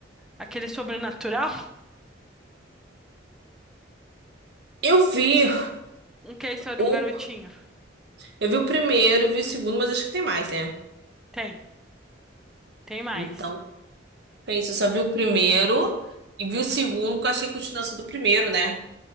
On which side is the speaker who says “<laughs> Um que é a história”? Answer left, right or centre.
Centre